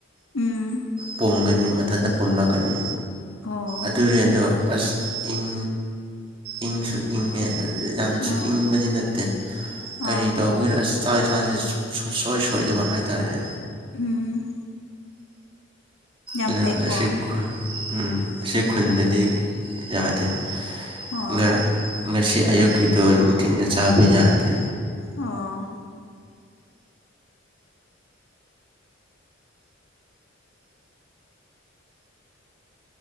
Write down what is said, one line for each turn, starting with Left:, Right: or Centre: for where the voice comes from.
Left: ꯎꯝ
Right: ꯄꯝꯒꯅꯤ ꯃꯊꯟꯇ ꯄꯣꯨꯝꯂꯛꯀꯅꯤ
Left: ꯑꯣ
Right: ꯑꯗꯨꯔꯦꯟꯗꯣ ꯑꯁ ꯏꯪ ꯏꯪꯁꯨ ꯏꯪꯉꯦ ꯌꯥꯝꯁꯨ
Left: ꯑꯥ
Right: ꯏꯪꯕꯁꯨ ꯅꯠꯇꯦ
Left: ꯑꯥ
Right: ꯀꯔꯤ ꯇꯧ ꯃꯣꯏꯒꯤ ꯆꯥꯛ ꯏꯟꯁꯥꯡꯁꯤꯦ ꯁꯨꯡꯁꯣꯏ ꯁꯣꯏꯗꯕ ꯍꯥꯏꯇꯥꯔꯦꯅꯦ
Left: ꯍꯝ
Right: ꯑꯗꯨ
Left: ꯐꯩꯀꯣ
Right: ꯑꯁꯤ ꯈꯨꯟ ꯑꯝ ꯑꯁꯤ ꯈꯨꯟꯗꯗꯤ ꯌꯥꯗꯦ
Left: ꯑꯣ
Right: ꯉꯥ ꯉꯁꯤ ꯑꯌꯨꯛꯀꯤꯗꯣ ꯅꯨꯡꯊꯤꯟꯗ ꯆꯥꯕ ꯌꯥꯗꯦ
Left: ꯑꯣ